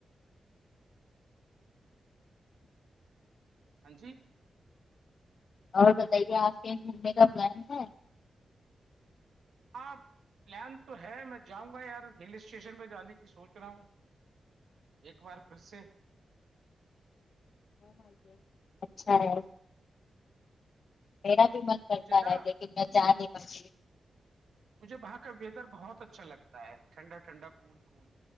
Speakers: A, on the right; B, on the left.
A: ہاں جی
B: اور بتائیے آپ کےیں گھومنے کا پلان ہے
A: ہاں پلان تو ہے میں جاؤں گا یار ہل اسٹیشن پہ جانے کی سوچ رہا ہوں ایک بار پھر سے
B: اچھا ہے میرا
A: جی
B: بھی
A: جی
B: من کرتا
A: مجھے نا
B: رہ لیکن میں چاہ نہیں بچ
A: مجھے وہاں کا ویدر بہت اچھا لگتا ہے ٹھنڈا ٹھنڈا کو کول